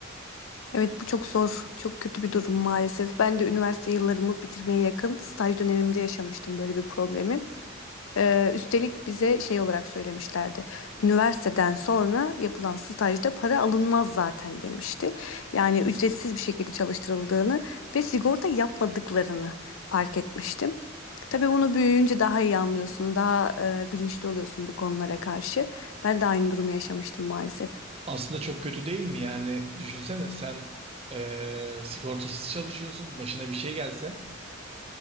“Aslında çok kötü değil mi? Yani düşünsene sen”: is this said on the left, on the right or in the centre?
Right